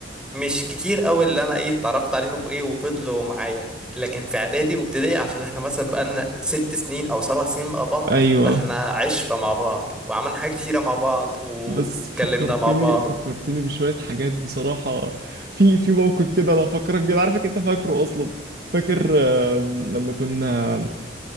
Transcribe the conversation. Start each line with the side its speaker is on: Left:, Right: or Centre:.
Centre: مش كتير قوي اللي انا ايه اتعرفت عليهم ايه وفضلوا معايا لكن في اعدادي وابتدائي عشان احنا مثلا بقالنا ست سنين او سبع سنين مع بعض
Right: ايوه
Centre: فاحنا عشرة مع بعض وعملنا حاجات كتيره مع بعض واتكلمنا
Right: بس فكرتني
Centre: مع بعض
Right: فكرتني بشويه حاجات بصراحه في في موقف كده لو افكرك بيه أنا عارفك انت فاكره اصلا فاكر آم، لما كنا